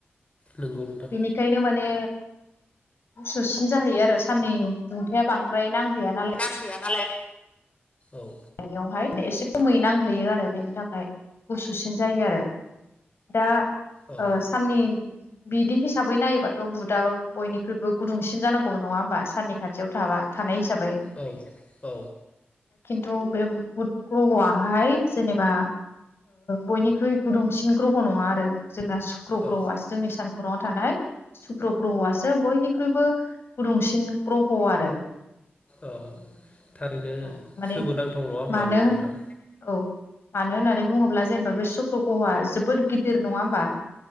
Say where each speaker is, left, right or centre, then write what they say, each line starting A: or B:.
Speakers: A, on the left (about 30°); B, on the left (about 60°).
A: नोंगौ नोंथां
B: बेनिखायनो माने। गुसुसिन जाहैयो आरो साननि दुंथाया बांद्राय। नांहैया नालाय
A: नांहैया नालाय। औ
B: गायनायावहाय एसे खमै नांहैयो आरो बेनि थाखाय गुसुसिन जायो आरो। दा
A: औ
B: ओ साननि बिदि हिसाबै नायोबाथ' बुधआ बयनिख्रुइबो गुुदुंसिन जानांगौबो नङा होमबा साननि खाथियाव थाबा थानाय हिस जाबाय
A: औ औ
B: थ' बे बुद ग्रह'आ बहाय जेनेबा बयनिख्रुइ गुदुंसिन ग्रह' नङा आरो जोंना सुक्र'
A: औ
B: ग्रह'आ जोंनि सान खर'याव थानाय सुक्र ग्रह'आसो बयनिख्रुइबो गुदुंसिन ग्रह' आरो
A: औ थारैनो
B: औ माने
A: सोमोनांथाव नङा होमबा
B: मानो
A: बेयो
B: होन
A: नोंथां?
B: औ मानो होननानै बुङोब्ला जेनेबा बे सुक्र ग्रह'आ जोबोद गिदिर नङा होमबा?